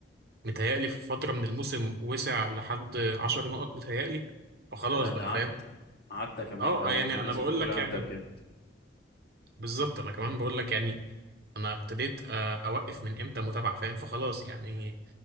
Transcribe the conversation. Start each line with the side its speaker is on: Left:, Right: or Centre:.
Right: متهيألي في فتره من الموسم وسع لحد 10 نقط متهيألي فخلاص
Left: لا
Right: بقى
Left: ده عدى
Right: فاهم
Left: عدى كمان
Right: اه
Left: ده هو
Right: يعني
Left: في ناس
Right: انا بقول
Left: بتقول
Right: لك
Left: عدى
Right: يعني
Left: بجد
Right: بالظبط انا كمان بقول لك يعني انا ابتديت آه، اوقف من امتى متابعه فاهم فخلاص يعني